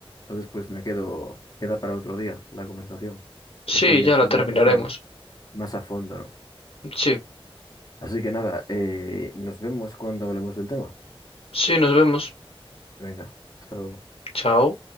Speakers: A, on the left (about 40°); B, on the left (about 75°).
A: Entonces pues me quedo, queda para otro día la conversación
B: Sí,
A: de qué harías
B: ya
A: tú
B: la terminaremos.
A: más, así más a fondo, ¿no?
B: Sí,
A: Así que nada, eh, nos vemos cuando hablemos del tema.
B: sí, nos vemos.
A: Venga, hasta luego.
B: Chao.